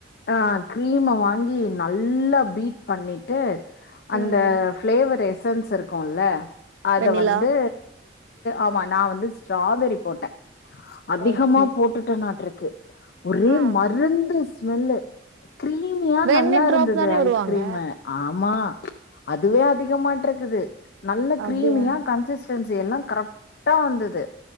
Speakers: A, on the left; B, on the right.
A: ஆஹ் கிரீம வாங்கி நல்லா பீட் பண்ணிட்டு அந்த
B: ம்
A: ஃபிளேவர் எஸ்சன்ஸ் இருக்கும்ல அத
B: வெண்ணிலா
A: வந்து ஆமா நா வந்து ஸ்ட்ராபெரி போட்ட அதிகமா
B: ஓகே
A: போட்டுடனாட்ருக் ஒரே
B: ஆ
A: மருந்து ஸ்மெல்லு கிரீமியா
B: ரெண்டு
A: நல்லா
B: ட்ராப்
A: இருந்தது
B: தானே விடுவாங்க
A: ஐஸ்கிரீமு ஆமா அதுவே அதிகமாட்ருக்குது நல்ல
B: அப்டியா
A: கிரீமியா கன்சஸ் எல்லா கரெக்டா வந்தது